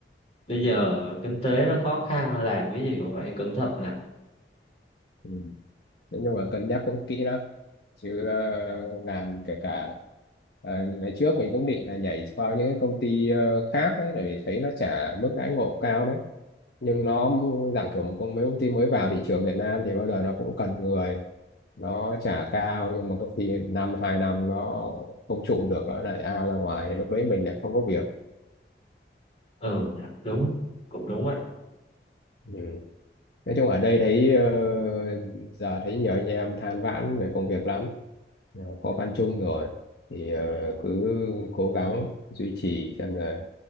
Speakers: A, on the left; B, on the left.
A: bây giờ kinh tế nó khó khăn làm cái gì cũng phải cẩn thận nè
B: ừ. nói nhưng mà cân nhắc cũng kỹ lắm chứ ờ, làm kể cả ờ, ngày trước mình cũng định là nhảy qua những cái công ty ờ, khác ấy, bởi vì thấy nó trả mức đãi ngộ cao đấy nhưng nó dạng kiểu một công mấy công ty mới vào thị trường Việt Nam thì bao giờ nó cũng cần người nó trả cao nhưng mà có khi năm hai năm nó không trụ được nó lại out ra ngoài lúc đấy mình lại không có việc
A: ừ nè đúng cũng đúng á
B: ừ. nói chung ở đây thấy ờ, giờ thấy nhiều anh em than vãn về công việc lắm là khó khăn chung rồi thì ờ, cứ cố gắng duy trì xem là